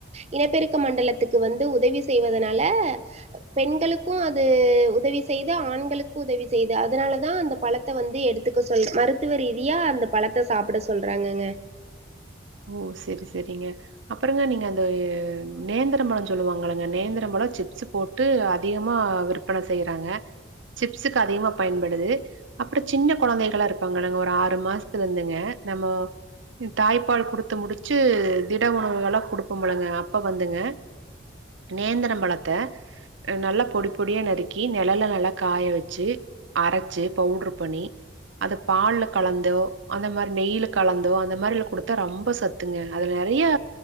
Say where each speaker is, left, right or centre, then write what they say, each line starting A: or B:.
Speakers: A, on the right; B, on the right.
A: இனப்பெருக்க மண்டலத்துக்கு வந்து உதவி செய்வதனால பெண்களுக்கு அது உத உதவி செய்து ஆண்களுக்கு உதவி செய்து அதனால தா அந்த பழத்த வந்து எடுத்துக்க சொல் மறு த்துவ ரீதியா அந்த பழத்த சாப்பிட சொல்றாங்கங்க
B: ஓ சேரி சேரிங்க அப்புறோங்க நீங்க அந்த நேந்துர பழோ சொல்லுவாங்கல்லங்க நேந்தரம் பழோ சிப்ஸு போட் டு அதிகமா விற்பன செய்யறாங்க சிப்ஸுக்கு அதிகமா பயன்படுது அப்புறோங்க சின்ன கொழந்தைகளா இருப்பாங்களங்க ஒரு ஆறு மாசத்துலருந்துங்க நம்மோ தாய் ப்பால் குடுத்து முடிச்சு திட உணவுகள்லா குடுப்போல்லங்க அப்ப வந்துங்க நேந்தரம்பழத்த அ நல்லா பொடி பொடியா நறுக்கி நெழல்ல நல்லா காய வெச்சு அரைச்சு பவுடர் பண்ணி அது பால்ல கலந்தோ அந்த மாரி நெய்ல கலந்தோ அந்த மாரில குடுத் தா ரொம்ப சத்துங்க அதுல நறையா